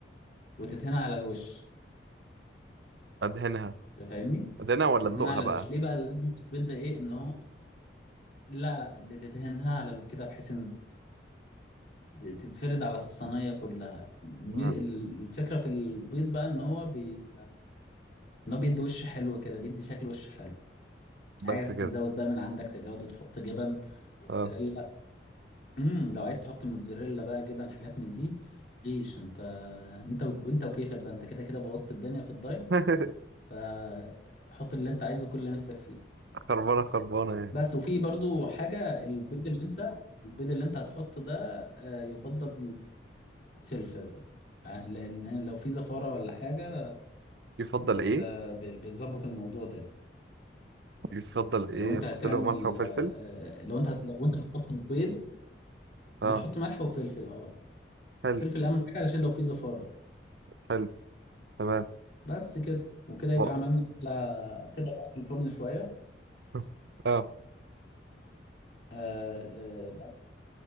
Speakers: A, on the left; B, on the right.
A: وتتهنى على الوش
B: <laughs> ادهنها
A: انت فاهمني
B: ادهنها ولا
A: تتهنى
B: ادلقها
A: على
B: بقى
A: الوش ليه بقى لازم البيض ده ايه ان هو لا لا بتتهنها على الوش كده بحيث ان تتفرد على الصينيه كلها م-
B: آه.
A: الفكره في البيض بقى ان هو بي... ان هو بيدي وش حلو كده بيدي شكل وش حلو
B: بس
A: عايز
B: كده
A: تزود بقى من عندك تجود وتحط جبن موتزاريلا
B: اه
A: امم لو عايز تحط موتزاريلا بقى جبن حاجات من دي ليش انت انت و... وانت وكيفك بقى انت كده كده بوظت الدنيا في الدايت
B: <laughs>
A: فحط اللي انت عايزه كل اللي نفسك فيه
B: خربانه خربانه يعني
A: بس وفي برضو حاجة البيض اللي انت البيض اللي انت هتحطه ده آه، يفضل فلفل لان لو في زفارة ولا حاجة
B: يفضل
A: بت...
B: ايه
A: ب- بتظبط الموضوع ده يعني
B: يفضل ايه
A: لو انت
B: احط
A: هتعمل
B: له ملح وفلفل
A: آه، لو انت لو انت بتحط البيض
B: اه
A: بتحط ملح وفلفل اه
B: حلو
A: فلفل اهم حاجة علشان لو في زفارة
B: حلو تمام
A: بس كده وكده يبقى
B: و-
A: عملنا أكلة تسيبها بقى في الفرن شوية
B: <laughs> اه
A: آه آه بس